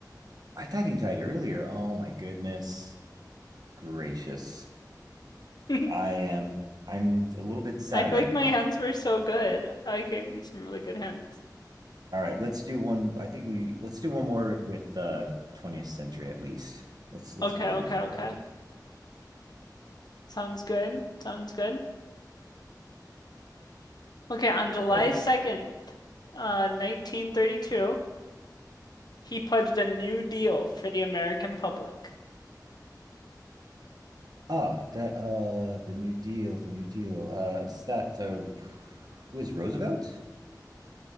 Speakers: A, on the right; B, on the left.
A: I thought he died earlier. Oh my goodness gracious.
B: <laughs>
A: I am, I'm a little bit sad
B: I feel
A: right
B: like
A: now.
B: my hints were so good. I gave you some really good hints.
A: All right, let's do one. I think we let's do one more with uh 20th century at least. Let's let's
B: Okay,
A: do at least
B: okay,
A: one
B: okay.
A: more.
B: Sounds good. Sounds good. Okay, on July
A: So
B: 2nd, uh, 1932, he pledged a New Deal for the American public.
A: ah that uh the New Deal, the New Deal. Uh is that uh who is Roosevelt?